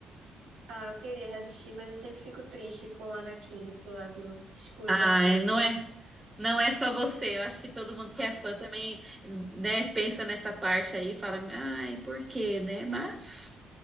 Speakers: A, on the right; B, on the right.
A: Ah, eu queria reassistir, mas eu sempre fico triste com o Anakin do pro lado escuro
B: Ai,
A: da força.
B: não é, não é só você, eu acho que todo mundo que é fã também, né, pensa nessa parte aí e fala, ai, por quê, né, mas...